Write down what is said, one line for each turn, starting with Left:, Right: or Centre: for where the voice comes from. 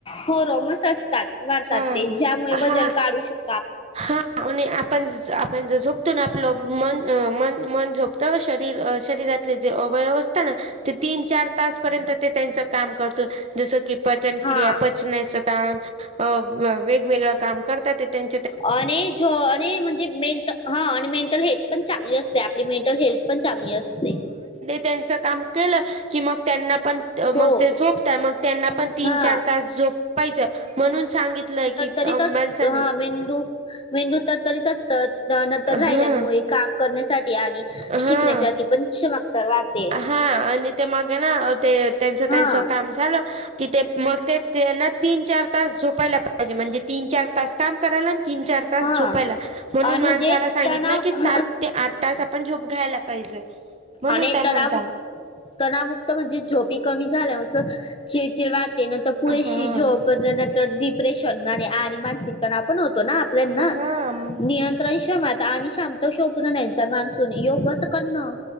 Left: हॉरमस असतात मारतात
Right: हा
Left: ते ज्यामुळे वजन
Right: हा
Left: काढू शकतात
Right: हा आणि आपण आपण ज जो ततून आपलं मन मन मन झोपतं शरीर शरीरातले जे अवयव असतात ना ते तीन चार तास पर्यंत ते त्यांच काम करत जस कि पचन
Left: हा
Right: क्रिया पचनाच काम वेगवेगळं काम करतात त्यां
Left: आणि ज म्हणजे मेंट हा आणि मेंटल हेल्थ पण चांगली असते आपली मेंटल हेल्थ पण चांगली असते
Right: त्यांच काम के की मग त्यांना पण.
Left: हो
Right: मग ते झोपतय मग त्यांना पण तीन-चार
Left: हा
Right: तास झोप पाहिज म्हणून सांगितलंय की.
Left: तरी
Right: अ, माणसाने
Left: त हा मेंदू मेंदू तर तरीत असतात. नंतर राहिल्यांमुळे
Right: हा
Left: काम करण्यासाठी आणि
Right: हा
Left: शिकण्यासाठी पण चमकदार वाढते.
Right: हा आणि ते मग ना ते त्यांचं
Left: हा
Right: त्यांच काम झालं कि ते मग. ते त्यांना तीन चार तास झोपायला पाहिजे म्हणजे तीन चार तास काम करायला आणि तीन चार तास
Left: हा
Right: झोपायला. म्हणून
Left: आणि
Right: माणसाला
Left: म्हणजे
Right: सांगितलं
Left: तणाव
Right: की सात ते आठ तास आपण झोप घ्यायला पाहिजे. म्हणून
Left: आणि
Right: काय
Left: तरराब.
Right: म्हणता
Left: तणामुक्त म्हणजे झोपी कमी झालं असं चिरचिड वाटते ना तर. पुरेशी
Right: हा
Left: जॉब नंतर डिप्रेशन आणि आणि मानसिक तणा पण होतो ना.
Right: हा
Left: <unintelligible> आणि शांत शोगन नचा माणसून योग अससं करणं.